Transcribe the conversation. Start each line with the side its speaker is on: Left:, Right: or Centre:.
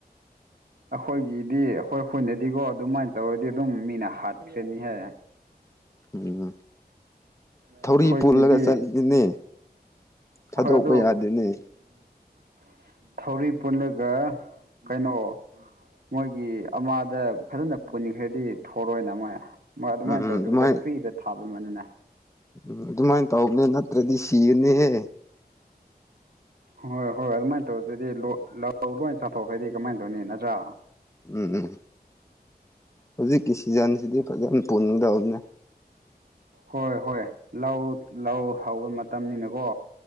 Right: ꯑꯈꯣꯏꯒꯤꯗꯤ ꯑꯈꯣꯏ ꯈꯣꯏꯅꯗꯤꯒꯣ ꯑꯗꯨꯃꯥꯏꯅ ꯇꯧꯔꯗꯤ ꯑꯗꯨꯝ ꯃꯤꯅ ꯍꯥꯠꯈ꯭ꯔꯅꯤ ꯍꯦ
Left: ꯎꯝ
Right: ꯑꯩꯈꯣꯏꯒꯤꯗꯤ
Left: ꯊꯧꯔꯤ ꯄꯨꯜꯂꯒ ꯆꯠꯒꯅꯤ ꯊꯥꯗꯣꯛꯄ
Right: ꯍꯣꯏ ꯑꯗꯨ
Left: ꯌꯥꯗꯦꯅꯦ
Right: <inaudible> ꯊꯧꯔꯤ ꯄꯨꯜꯂꯒ ꯀꯩꯅꯣ ꯃꯣꯏꯒꯤ ꯑꯃꯥꯗ ꯐꯖꯅ ꯄꯨꯟꯈ꯭ꯔꯗꯤ ꯊꯣꯔꯣꯏꯅ ꯃꯣꯏ ꯃꯥ ꯑꯗꯨꯃꯥꯏꯅ
Left: ꯎꯝ ꯎꯝ
Right: ꯇꯧꯗꯕꯤꯗ
Left: ꯑꯗꯨꯃꯥꯏ
Right: ꯐ꯭ꯔꯤꯗ ꯊꯥꯕꯗꯣ ꯗꯨꯃꯥꯏꯅꯅꯦ
Left: ꯎꯝ ꯑꯗꯨꯃꯥꯏꯅ ꯇꯧꯕꯅꯦ ꯅꯠꯇ꯭ꯔꯗꯤ ꯁꯤꯒꯅꯤꯍꯦ
Right: ꯍꯣꯏ ꯍꯣꯏ ꯑꯗꯨꯃꯥꯏꯅ ꯇꯧꯗ꯭ꯔꯗꯤ ꯂꯧ ꯂꯧ ꯑꯗꯨꯃꯥꯏ ꯆꯥꯊꯣꯛ ꯍꯥꯏꯗꯤ ꯀꯃꯥꯏꯟ ꯇꯧꯅꯤ ꯅꯠꯇ꯭ꯔꯥ
Left: ꯎꯝ ꯎꯝ ꯍꯧꯖꯤꯛꯀꯤ ꯁꯤꯖꯟꯁꯤꯗꯤ ꯐꯖꯅ ꯄꯨꯟꯗꯧꯅꯦ
Right: ꯍꯣꯏ ꯍꯣꯏ ꯂꯧ ꯂꯧ ꯍꯧꯕ ꯃꯇꯝꯅꯤꯅꯀꯣ